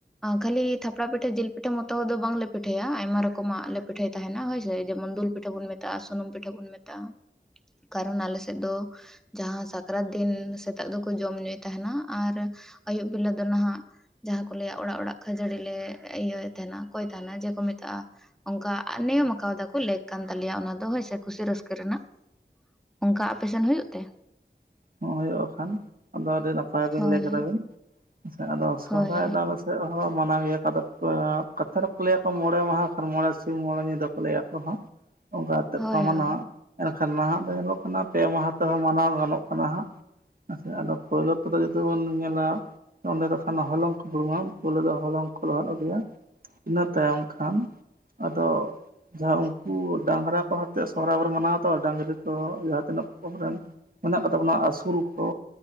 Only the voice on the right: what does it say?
ᱦᱚᱸ ᱦᱩᱭᱩᱜ ᱠᱷᱟᱱ ᱟᱫᱚ ᱟᱹᱰᱤ ᱱᱟᱯᱟᱭ ᱵᱤᱱ
ᱞᱟᱹᱭ ᱠᱮᱫᱟ ᱵᱤᱱ ᱥᱮ ᱟᱫᱚ ᱥᱚᱦᱨᱟᱭ
ᱫᱚ ᱟᱞᱮ ᱥᱮᱫ ᱥᱮᱫ ᱦᱚ ᱢᱟᱱᱟᱣ ᱜᱮᱭᱟ ᱠᱚ ᱟᱫᱚ ᱠᱟᱛᱷᱟ ᱨᱮᱠᱚ ᱞᱟᱹᱭ ᱟᱠᱚ ᱢᱚᱬᱮ ᱢᱟᱦᱟ ᱠᱷᱟᱱ ᱢᱚᱬᱮ ᱥᱤᱧ ᱢᱚᱬᱮ ᱧᱤᱫᱟᱹ ᱠᱚ ᱞᱟᱹᱭᱟ ᱠᱚ ᱦᱟᱸᱜ ᱚᱱᱠᱟ ᱠᱟᱛᱮᱫ
ᱠᱚ ᱢᱟᱱᱟᱣᱟ
ᱮᱱᱠᱷᱟᱱ ᱱᱟᱦᱟᱜ ᱫᱚ ᱧᱮᱞᱚᱜ ᱠᱟᱱᱟ ᱯᱮ ᱢᱟᱦᱟ ᱛᱮᱦᱚᱸ ᱢᱟᱱᱟᱣ ᱜᱟᱱᱚᱜ ᱠᱟᱱᱟ ᱦᱟᱸᱜ ᱟᱪᱪᱷᱟ ᱟᱫᱚ ᱯᱳᱭᱞᱳ ᱛᱚᱫᱚ ᱡᱩᱫᱤ ᱵᱚᱱ ᱧᱮᱞᱟ ᱚᱸᱰᱮ ᱫᱚ ᱠᱷᱟᱱ ᱦᱚᱞᱚᱝ ᱠᱚ ᱦᱩᱲᱩᱝᱟ ᱯᱳᱭᱞᱳ ᱫᱚ ᱦᱚᱞᱚᱝ ᱠᱚ ᱞᱚᱦᱚᱫ ᱟᱹᱜᱩᱭᱟ᱾ ᱤᱱᱟᱹ ᱛᱟᱭᱚᱢ ᱠᱷᱟᱱ ᱟᱫᱚ ᱡᱟᱦᱟᱸ ᱩᱱᱠᱩ ᱰᱟᱝᱨᱟ ᱠᱚ ᱦᱟᱛᱮ ᱥᱚᱦᱨᱟᱭ ᱵᱚᱱ ᱢᱟᱱᱟᱣ ᱫᱚ ᱰᱟᱝᱨᱤ ᱠᱚ ᱡᱟᱦᱟᱸ ᱛᱤᱱᱟᱹᱜ ᱠᱚ ᱢᱮᱱᱟᱜ ᱠᱚ ᱛᱟᱵᱚᱱᱟ ᱟᱹᱥᱩᱞ ᱠᱚ